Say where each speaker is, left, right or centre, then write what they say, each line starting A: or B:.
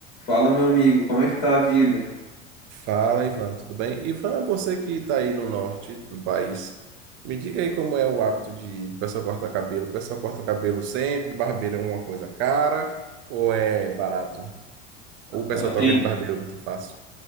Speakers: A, on the left; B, on the right.
A: Fala, meu amigo, como é que tá a vida?
B: Fala, Ivan, tudo bem? Ivan, você que está aí no norte do país, me diga aí como é o hábito de o pessoal corta cabelo. O pessoal corta cabelo sempre, barbeiro é uma coisa cara ou é barato? Ou o pessoal
A: Cara, tem.
B: troca de barbeiro muito fácil?